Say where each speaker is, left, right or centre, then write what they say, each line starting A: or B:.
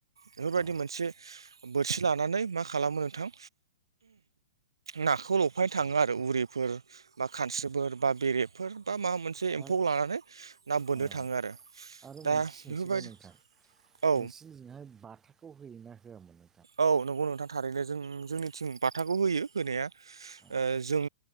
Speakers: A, on the right (about 85°); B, on the right (about 15°).
A: बेफोरबायदि
B: औ
A: मोनसे बोरसि लानानै मा खालामो नोंथां नाखौ लफायनो थाङो आरो उरिफोर बा खानस्रिफोर बा बेरेफोर बा माबा मोनसे
B: आरो
A: एम्फौ लानानै ना बोननो
B: औ
A: थाङो आरो
B: आरो
A: दा
B: मोनसे सोंथिबाव
A: बेफोरबायदि
B: नोंथां
A: औ
B: नोंसिनिजोंहाय बाथाखौ होयोना होयामोन
A: औ नंगौ नोंथां थारैनो जों जोंनि थिं बाथाखौ होयो होनाया
B: औ
A: जों